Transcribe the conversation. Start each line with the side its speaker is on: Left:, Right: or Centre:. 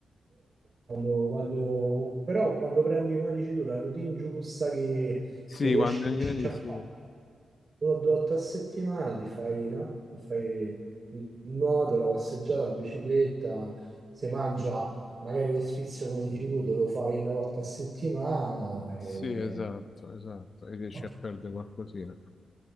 Right: quando, quando- però quando prendi, come dici tu, la routine giusta che,
Left: Sì,
Right: che riesci
Left: quando è in grani,
Right: a fare,
Left: sì.
Right: Una o due volte a settimana ti fai, no? Ti fai il nuoto, la passeggiata, la bicicletta, se mangia magari lo sfizio come dici tu, te lo fai una volta a settimana e
Left: Sì, esatto, esatto. E riesci
Right: ok,
Left: a perdere qualcosina.